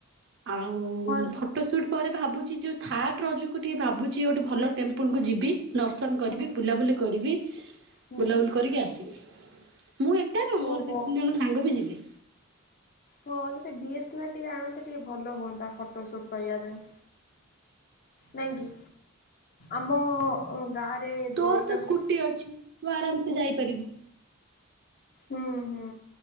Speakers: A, on the right; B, on the left.
A: ଆଉ
B: ହଁ
A: ଫ ଫଟୋ ସୁଟ୍ ପରେ ଭାବୁଚି ଯଉ ଥାଡ୍ ରଜକୁ ଟିକେ ଭାବୁଚି ଗୋଟେ ଭଲ ଟେମ୍ପୁଲ୍ କୁ ଯିବି। ଦର୍ଶନ କରିବି
B: ହୁଁ।
A: ବୁଲାବୁଲି କରିବି
B: ହୁଁ
A: ବୁଲାବୁଲି କରିକି ଆସିବି ମୁଁ ଏ କ ନୁହଁ
B: ଓହୋ
A: ମୋର ଦି ତିନି ଜଣ ସାଙ୍ଗ ବି ଯିବେ।
B: ହଁ ଯଦି ଡିଏସ୍ଏଲାର୍ ଟିକେ ଆଣନ୍ତେ ଟିକେ ଭଲ ହୁଅନ୍ତା ଫଟୋ ସୁଟ୍ କରିବା ପାଇଁ। ନାଇଁ କି। ଆମ ଓ ଗାଁ ରେ
A: ତୋର୍
B: ଦୋଳି
A: ତ
B: ଲାଗୁଛି।
A: ସ୍କୁଟି ଅଛି ତୁ ଆରାମ୍ ସେ ଯାଇପାରିବୁ।
B: ହୁଁ- ହୁଁ